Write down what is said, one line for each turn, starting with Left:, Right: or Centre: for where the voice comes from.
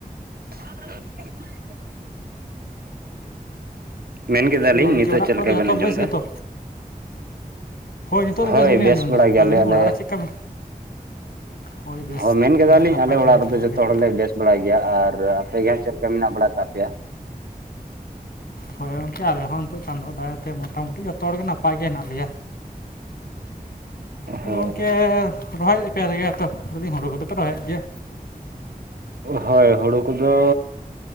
Right: <inaudible> ᱢᱮᱱ ᱠᱮᱫᱟᱞᱤᱧ
Left: ᱟᱫᱚ ᱜᱚᱢᱠᱮ
Right: ᱱᱤᱛᱚᱜ
Left: ᱚᱲᱟᱜ
Right: ᱪᱮᱫ
Left: ᱠᱚᱨᱮ
Right: ᱞᱮᱠᱟ
Left: ᱫᱚ ᱡᱚᱛᱚ
Right: ᱵᱮᱱ ᱟᱸᱡᱚᱢ
Left: ᱵᱮᱥ
Right: ᱫᱟ?
Left: ᱜᱮᱛᱚ ᱱᱤᱛᱚᱜ ᱫᱚ
Right: ᱦᱳᱭ
Left: ᱜᱮᱞᱤᱧ
Right: ᱵᱮᱥ
Left: ᱟᱸᱡᱚᱢ
Right: ᱵᱟᱲᱟ
Left: ᱮᱫᱟ
Right: ᱜᱮᱭᱟᱞᱮ
Left: ᱟᱹᱞᱤᱧ
Right: ᱟᱞᱮ
Left: ᱚᱲᱟᱜ ᱨᱮ ᱪᱮᱫ ᱠᱟᱹᱢᱤ
Right: ᱾
Left: ᱦᱳᱭ ᱵᱮᱥ
Right: ᱦᱚᱸ ᱢᱮᱱ ᱠᱮᱫᱟᱞᱤᱧ
Left: ᱱᱟᱭ ᱱᱟᱯᱟᱭ
Right: ᱟᱞᱮ
Left: ᱛᱟᱦᱮᱱ
Right: ᱚᱲᱟᱜ ᱨᱮᱫᱚ
Left: ᱵᱷᱟᱜᱮ
Right: ᱡᱚᱛᱚ ᱦᱚᱲ ᱞᱮ ᱵᱮᱥ ᱵᱟᱲᱟ ᱜᱮᱭᱟ, ᱟᱨ ᱟᱯᱮ ᱜᱮ ᱦᱟᱸᱜ ᱪᱮᱫ ᱞᱮᱠᱟ ᱢᱮᱱᱟᱜ ᱵᱟᱲᱟ ᱠᱟᱜ ᱯᱮᱭᱟ?
Left: ᱦᱳᱭ ᱜᱚᱝᱠᱮ ᱟᱞᱮ ᱦᱚᱸ ᱱᱤᱛᱚᱜ ᱪᱟᱸᱫᱳᱣᱟᱜ ᱫᱟᱭᱟᱛᱮ ᱢᱳᱴᱟ ᱢᱩᱴᱤ ᱡᱚᱛᱚ ᱦᱚᱲᱜᱮ ᱱᱟᱯᱟᱭ ᱜᱮ ᱦᱮᱱᱟᱜ ᱞᱮᱭᱟ ᱾ ᱟᱫᱚ
Right: ᱦᱳᱭ
Left: ᱜᱚᱝᱠᱮ ᱨᱚᱦᱚᱭᱮᱫ ᱯᱮ <inaudible> ᱛᱚ, ᱢᱮᱱᱫᱤᱧ ᱦᱩᱲᱩ ᱠᱚᱫᱚᱯᱮ ᱨᱚᱦᱚᱭᱮᱫ ᱜᱮᱭᱟ?
Right: ᱦᱳᱭ ᱦᱩᱲᱩ ᱠᱚᱫᱚ,